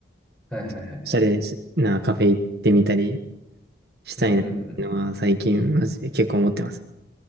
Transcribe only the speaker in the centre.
はいはいはいはい。
うんうんうん。